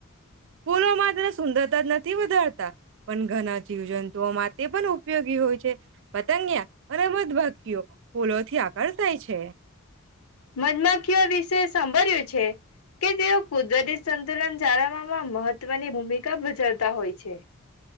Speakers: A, on the right (about 60°); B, on the left (about 85°).
A: ફૂલો માત્ર સુંદરતા જ નથી વધારતા પણ ઘણા જીવજંતુઓમાં તે પણ ઉપયોગી હોય છે. પતંગિયા અને મધુમાંખીઓ ફૂલોથી આકર્ષાય છે.
B: મધમાખીઓ વિશે સાંભળ્યું છે કે તેઓ કુદરતી સંતુલન જાળવવામાં મહત્વ <inaudible> ભૂમિકા ભજવતા હોય છે